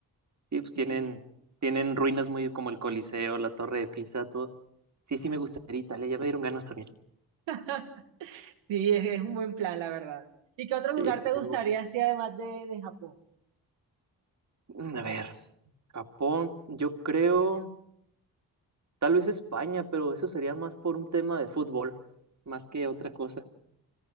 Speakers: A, on the right; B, on the right.
A: sí, pues tienen,
B: sí, sí,
A: tienen ruinas muy como el Coliseo, la Torre de Pisa, todo. Sí, sí me gustaría Italia, ya me dieron ganas también.
B: <laughs> Sí, es, es un buen plan, la verdad. ¿Y qué otro lugar
A: Sí, sí,
B: te gustaría,
A: son muy-
B: si además de, de Japón?
A: Mm, A ver, Japón, yo creo, tal vez España, pero eso sería más por un tema de fútbol, más
B: Ujú.
A: que otra cosa.